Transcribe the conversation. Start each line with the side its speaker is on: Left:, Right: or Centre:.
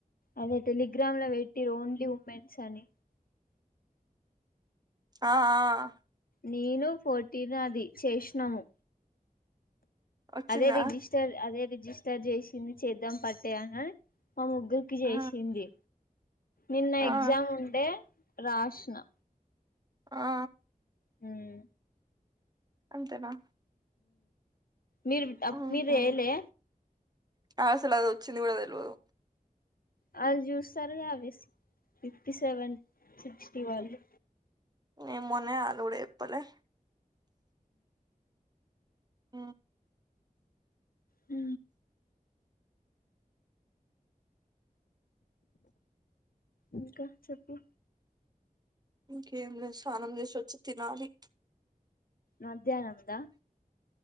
Left: అదే టెలిగ్రామ్ లో పెట్టి ఓన్లీ ఉమెన్స్ అని
Right: ఆ ఆ
Left: నేను పోటీని అది చేసినాము
Right: వచ్చిందా
Left: అదే రిజిస్టర్ అదే రిజిస్టర్ చేసింది చేద్దాం పట్టేనా మా ముగ్గురికి చేసింది
Right: ఆ
Left: నిన్న
Right: ఆ
Left: ఎగ్జామ్ ఉంటే రాష్నా
Right: ఆ
Left: హమ్
Right: అంతేనా
Left: మీరు
Right: ఊహూ
Left: మీరు చేయలే
Right: అసలు అది వచ్చింది కూడా తెలవదు
Left: వాళ్ళు చూస్తారు కాబేసి ఫిఫ్టీ సెవెన్ సిక్స్టీ వాళ్ళు
Right: ఏ మనే ఆలుడప్పలే ఆఓ
Left: అ ఇంకా చెప్పు
Right: ఇంకేంలే స్నానం చేసిొచ్చి తినాలి
Left: మధ్యాహ్నంందా